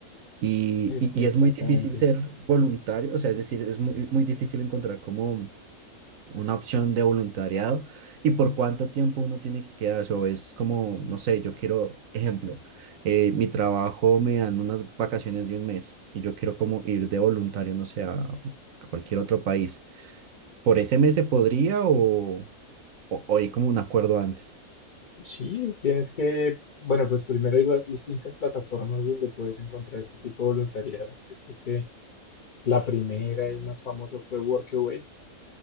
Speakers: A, on the right; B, on the left.
A: Y,
B: eh,
A: y-
B: exactamente.
A: y es muy difícil ser voluntario, o sea, es decir, es muy, muy difícil encontrar como una opción de voluntariado y por cuánto tiempo uno tiene que quedarse. O es como, no sé, yo quiero, ejemplo, eh, mi trabajo me dan unas vacaciones de un mes y yo quiero como ir de voluntario, no sé, a, a cualquier otro país. ¿Por ese mes se podría o, o, o hay como un acuerdo antes?
B: Sí, tienes que, bueno, pues primero hay va- distintas plataformas donde puedes encontrar este tipo de voluntariados. Yo creo que la primera y más famosa fue Workaway.